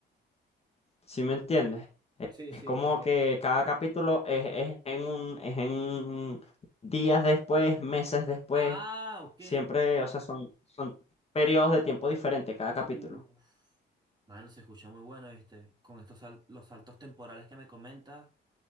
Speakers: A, on the left (about 30°); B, on the right (about 20°).
A: ¿Sí me entiendes? E-
B: Sí,
A: Es
B: sí,
A: como
B: te entiendo.
A: que cada capítulo es, es en un, es en días después, meses después.
B: Ah, ok.
A: Siempre, o sea, son, son periodos de tiempo diferentes cada capítulo.
B: Uf. Mano, se escucha muy bueno, ¿viste? Con estos sal- los saltos temporales que me comentas,